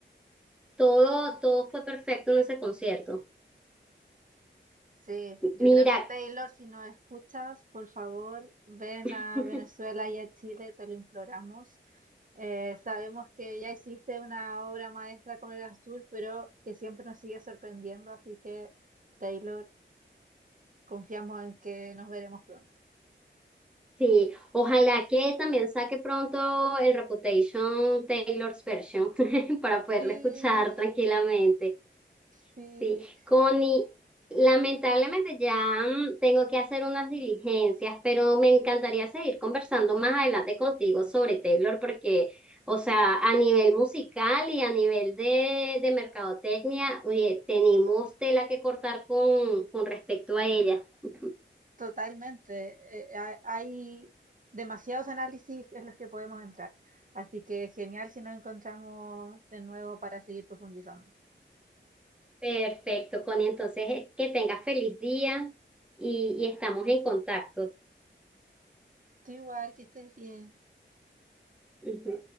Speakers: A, in the centre; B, on the right (about 40°).
A: todo, todo fue perfecto en ese concierto.
B: Sí, yo
A: Mira,
B: creo que Taylor, si nos escuchas, por favor, ven
A: <laughs>
B: a Venezuela y a Chile, te lo imploramos. Eh, sabemos que ya hiciste una obra maestra con el Astur, pero que siempre nos sigue sorprendiendo, así que Taylor, confiamos en que nos veremos pronto.
A: sí, ojalá que también saque pronto el Reputation Taylor's Version <laughs> para poderlo
B: Sí,
A: escuchar tranquilamente.
B: sí,
A: Sí, Connie, lamentablemente ya mm, tengo que hacer unas diligencias, pero me encantaría seguir conversando más adelante contigo sobre Taylor porque, o sea, a nivel musical y a nivel de, de mercadotecnia, oye, tenemos tela que cortar con, con respecto a ella. <laughs>
B: totalmente. Eh, ha- hay demasiados análisis en los que podemos entrar, así que genial si nos encontramos de nuevo para seguir profundizando.
A: Perfecto, Connie, entonces es que tengas feliz día y, y estamos en contacto.
B: Tú igual, que estés bien.
A: Ujú.